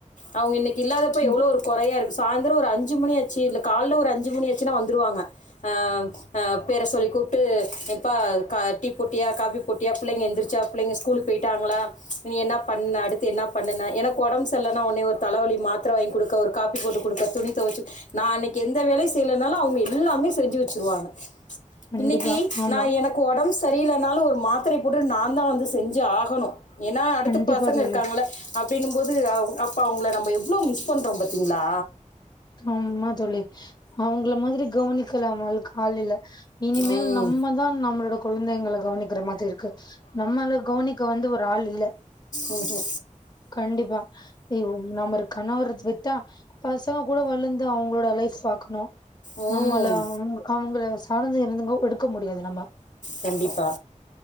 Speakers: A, on the left; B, on the left.
A: அவங்க இன்னைக்கி இல்லாதப்போ
B: ம்
A: எவ்ளோ ஒரு குறையா இருக்கு சாய்ந்ரோ ஒரு அஞ்சு மணியாச்சி இல்ல கால்ல ஒரு அஞ்சி மணியா சின்னா வந்துருவாங்க அ அ பேர சொல்லி கூப்ட்டு எப்பா டீ போட்டியா காஃபி போட்டியா பிள்ளங்க எந்திரச்சா பிள்ள ஸ்கூலுக்கு போயிட்டாங்ளா நீ என்ன பண்ண அடுத்து என்ன பண்ணுண எனக்கு உடம்புசரில்லனா உன்னே ஒரு தலைவலி மாத்திர வாங்கி குடுக்க ஒரு காப்பி போட்டு கொடுக்க துணி தோவச்சி நா அன்னைக்கு எந்த வேலையு செய்யலனாலு அவங்க எல்லாமே செஞ்சு வச்சிருவாங்க
B: கண்டிப்பா
A: இன்னக்கி
B: ஆமா
A: எனக்கு உடம்பு சரியில்லனால ஒரு மாத்திரை போட்டு நா தா வந்து செஞ்சி ஆகணு ஏனா அடுடத்த
B: கண்டிப்பா
A: பசங்க
B: தோழி
A: இருக்காங்கள அப்டின்னும்போது அவ் அப்ப அவங்கள நம்ம எவ்ளோ மிஸ் பண்றோ பாத்தீங்ளா
B: ஆம்மா தோழி அவங்கள மாதிரி கவனிக்கலா அவங்களுக்கு காலேல இனிமேல்
A: ம்
B: நம்மதா நம்மளோட குழந்தைங்க கவனிக்கிற மாதிரி இருக்கு நம்மால கவனிக்க வந்து ஒரு ஆள் இல்ல
A: உ கு
B: கண்டிப்பா ஏய் ஒ நம்மரு கணவரு விட்டா பசங்க கூட வளர்ந்து அவங்களோட லைஃப் பாக்கணு
A: ம்
B: நம்மள அவ்ங்கிள் அவங்கள சார்ந்து இருந்துகோ எடுக்க முடியாது நம்ம
A: கண்டிப்பா